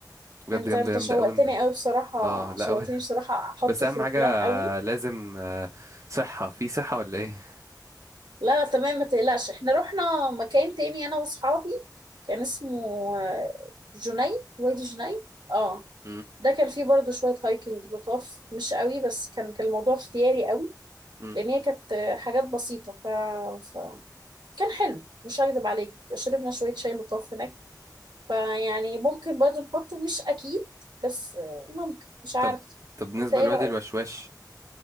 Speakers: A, on the right; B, on the right.
A: بجد
B: انت
A: جامده
B: انت
A: جامده
B: شوقتني
A: قوي جامده
B: قوي بصراحة
A: اه لا
B: شوقتني بصراحة
A: <laughs>
B: احطه
A: بس اهم
B: في البلان
A: حاجه
B: قوي
A: لازم آه، صحة في صحة ولا ايه
B: لا لا تمام ما تقلقش احنا رحنا مكان تاني انا واصحابي كان اسمه آه، جني وادي جني اه
A: مم.
B: ده كان فيه برضو شوية هايكنج لطاف مش قوي بس كان كان الموضوع اختياري قوي
A: مم.
B: لان هي كانت آه، حاجات بسيطة ف... ف... كان حلو مش هكدب عليك شربنا شوية شاي لطاف هناك فيعني ممكن برضو نحطه مش اكيد بس آه، ممكن مش عارف
A: طب طب بالنسبة
B: انت ايه
A: لوادي
B: رأيك
A: الوشواش